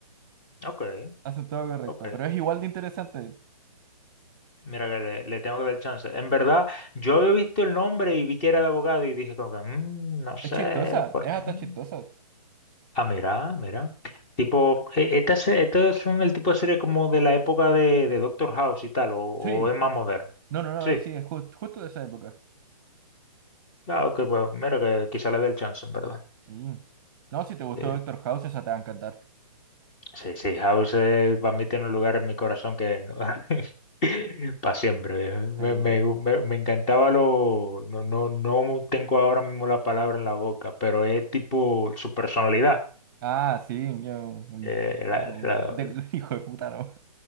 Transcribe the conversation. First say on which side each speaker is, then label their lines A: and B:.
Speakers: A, on the left; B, on the right.
A: Ok,
B: Hacen todo correcto.
A: ok.
B: Pero es igual de interesante.
A: Mira que le, le tengo que dar chance. En verdad, yo había visto el nombre y vi que era de abogado y dije como que, "Mm, no sé,
B: Es chistosa,
A: por
B: es
A: qué.
B: hasta
A: Mm".
B: chistosa.
A: Ah, mira, mira. Tipo, eh, esta, se- estos son el tipo de serie como de la época de, de Doctor House y tal, o, o
B: Sí.
A: es más moderno.
B: No, no, no,
A: Sí,
B: es, sí, es ju- justo de esa época.
A: ah, ok, pues mira que quizá le dé el chance, en verdad.
B: Sí. No, si te gustó
A: El-
B: Doctor House, esa te va a encantar.
A: Sí, sí, House eh, para mí tiene un lugar en mi corazón que <laughs> para siempre. viejo.
B: Sí.
A: Me, me, me- me encantaba lo... No, no, no tengo ahora mismo la palabra en la boca, pero es tipo su personalidad.
B: Ah, sí, yo,
A: eh, la-
B: yo-
A: la-
B: de- <laughs> hijo de puta, no.